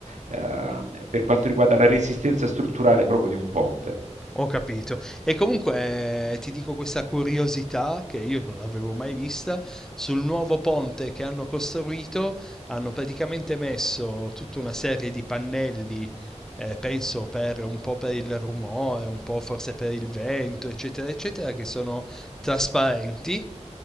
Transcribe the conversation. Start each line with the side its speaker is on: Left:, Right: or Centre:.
Right: eh, per quanto riguarda la resistenza strutturale proprio di un ponte.
Centre: Ho capito. E comunque eh, ti dico questa curiosità che io non l'avevo mai vista, sul nuovo ponte che hanno costruito hanno praticamente messo tutta una serie di pannelli, eh, penso per un po' per il rumore, un po' forse per il vento, eccetera, eccetera, che sono trasparenti